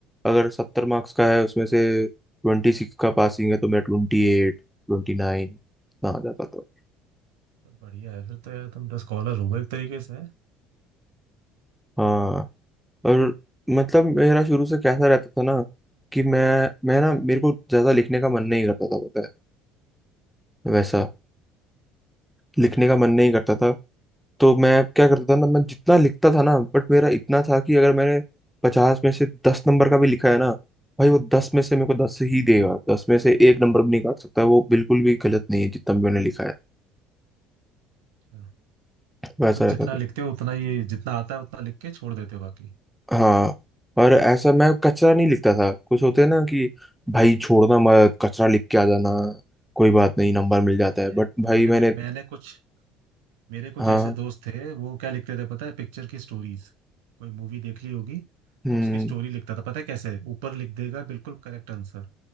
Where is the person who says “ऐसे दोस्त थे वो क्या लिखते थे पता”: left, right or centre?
Right